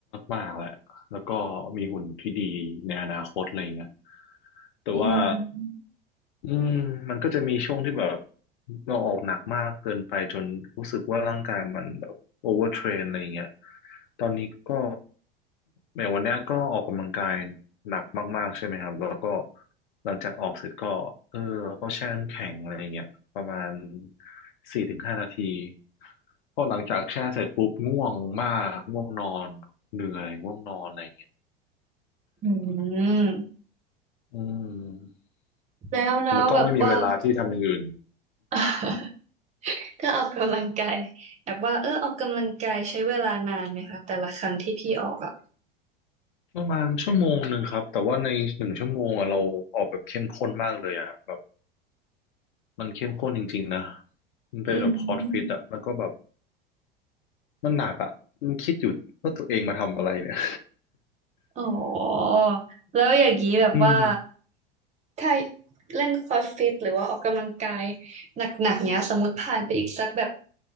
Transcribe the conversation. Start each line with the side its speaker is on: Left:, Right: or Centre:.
Left: มากๆแหละแล้วก็มีหุ่นที่ดีในอนาคตอะไรเงี้ยแต่ว่า
Right: อืม
Left: อืมมันก็จะมีช่วงที่แบบเราออกหนักมากเกินไปจนรู้สึกว่าร่างกายมันแบบโอเวอร์เทรนอะไรอย่างเงี้ยตอนนี้ก็แม้วันเนี้ยก็ออกกำลังกายหนักมากๆใช่ไหมครับแล้วก็หลังจากออกเสร็จก็เออก็แช่น้ำแข็งอะไรอย่างเงี้ยประมาณสี่ถึงห้านาทีพอหลังจากแช่เสร็จปุ๊บง่วงมากง่วงนอนเหนื่อยง่วงนอนอะไรอย่างเงี้ย
Right: อืม
Left: อืม
Right: แล้วแล้วแบบว่า
Left: แล้วก็ไม่มีเวลาที่ทำอย่างอื่น
Right: <laughs> ก็ออกกำลังกายแบบว่าเออออกกำลังกายใช้เวลานานไหมคะแต่ละครั้งที่พี่ออกอ่ะ
Left: ประมาณชั่วโมงหนึ่งครับแต่ว่าในหนึ่งชั่วโมงอะเราออกแบบเข้มข้นมากเลยอะแบบมันเข้มข้นจริงๆนะมันเป็นแบบพอร์ตฟิตอะแล้วก็แบบ
Right: อืม
Left: มันหนักอะมันคิดอยู่ว่าตัวเองมาทำอะไรเนี่ย
Right: อ๋อแล้วอย่างนี้แบบว่า
Left: <laughs> อืม
Right: ถ้าเล่นครอสฟิตหรือว่าออกกำลังกายหนักๆเนี้ยสมมติผ่านไปอีกสักแบบ